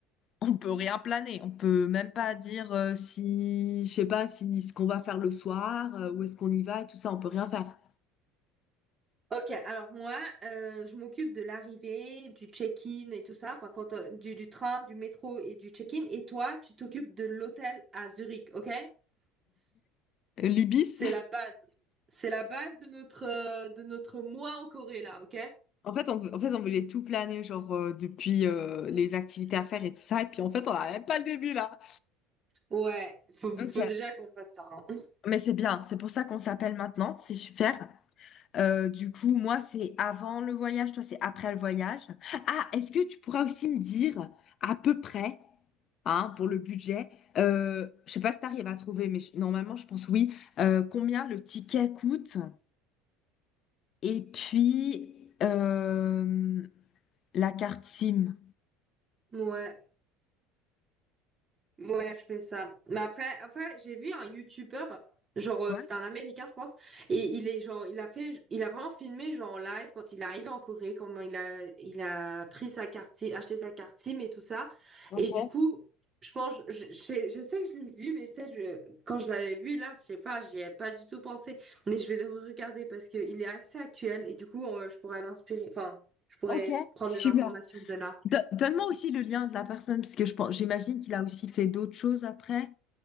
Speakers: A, on the left; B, on the right.
A: on peut rien planer. On peut même pas dire euh, si, je sais pas, si ce qu'on va faire le soir, euh, où est-ce qu'on y va, et tout ça, on peut rien faire.
B: ok, alors moi, euh, je m'occupe de l'arrivée, du check-in et tout ça, enfin, quand, euh, du, du train, du métro et du check-in. Et toi, tu t'occupes de l'hôtel à Zurich, ok?
A: Libis,
B: C'est la base. C'est la base de notre, euh, de notre mois en Corée, là, ok?
A: En fait, on, en fait, on voulait tout planer, genre, euh, depuis euh, les activités à faire et tout ça. Et puis, en fait, on n'a même pas le début, là.
B: Ouais, faut,
A: Ok,
B: faut déjà qu'on fasse ça. hein.
A: mais c'est bien. C'est pour ça qu'on s'appelle maintenant. C'est super. Euh, du coup, moi, c'est avant le voyage. Toi, c'est après le voyage. Ah, est-ce que tu pourras aussi me dire à peu près, hein, pour le budget, euh, je sais pas si t'arrives à trouver, mais je- normalement, je pense oui, euh, combien le ticket coûte et puis euh, la carte SIM.
B: Ouais. Ouais, je fais ça. Mais après, après, j'ai vu un youtubeur, genre euh,
A: Ouais,
B: c'était un Américain, je pense, et il est genre, il a fait, il a vraiment filmé genre en live quand il est arrivé en Corée, comment il a, il a pris sa carte SIM, acheté sa carte SIM et tout ça.
A: ok.
B: Et du coup, je pense, je, je sais je sais que je l'ai vu, mais je sais, je, quand je l'avais vu là, je sais pas, j'y ai pas du tout pensé. Mais je vais le regarder parce que il est assez actuel et du coup, euh, je pourrais m'inspirer, enfin, je pourrais
A: Ok,
B: prendre
A: super.
B: des informations de là.
A: Do- Donne-moi aussi le lien de la personne, parce que je pense, j'imagine qu'il a aussi fait d'autres choses après.